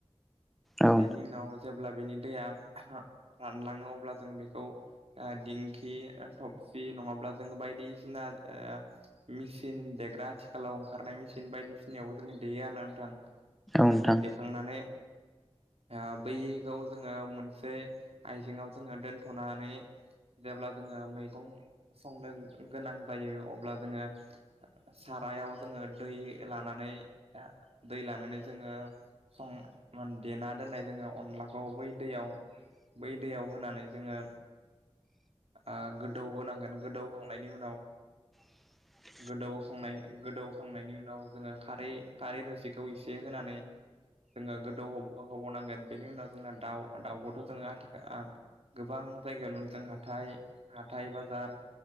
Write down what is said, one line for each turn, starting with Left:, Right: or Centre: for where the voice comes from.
Centre: औ नोंथां औ
Right: बेनि उनाव जेब्ला बिनि दैया रानलाङो अब्ला जों बेखौ ओ दिंखि ओ थबसि नङाब्ला जोङो बायदिसिना ओ मिसि चिन देग्रा आथिखालाव ओंखारनाय मेचिन बायदि सिनायावबो जोङो देयो आरोना नोंथां।
Centre: नोंथां
Right: जोङो देखांनानै ओ बैखौ जोङो मोनसे आइजेङाव जोङो दोनथ'नानै जेब्ला जोङो मैगं संनो गोनां जायो अब्ला जोङो सारायाव जोङो दै लानानै आ दै लानानै जोङो सं मान देना दोननाय जोङो अनलाखौ बै दैयाव बै दैयाव होनानै जोङो ओ गोदौहोनांगोन गोदौखांनायनि उनाव
Centre: <inaudible>
Right: गोदौखांनाय गोदौखांनायनि उनाव जोङो खारै खारै रोसिखौ एसे होनानै जोङो गोदौ होब होबावनांगोन बेनि उनाव जोंना दाउ दाउखौथ' जोङो आथिखा आ गोबां ङ जायगायावनो मोनदों जों हाथाइ हाथाइ बाजार